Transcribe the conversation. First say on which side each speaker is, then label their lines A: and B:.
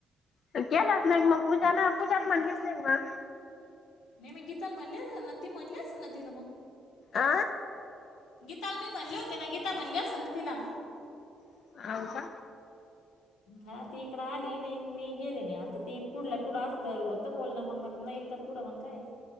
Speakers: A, on the left; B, on the left.
A: केलाच नाही मग पूजाला पूजाला म्हणलीच नाही मग
B: नाहीे म गीता म्हण न म्हणलेस न तीला मग.
A: आ
B: गीताला मी म्हणले होते ना गीता म्हणली असेल ना तिला
A: हो का
B: हा ती इकड आली नाही मी गेले नाही आता ती पुढल्या पुढं असल होत बोलण मग आ नाही. थ पुढं मग काय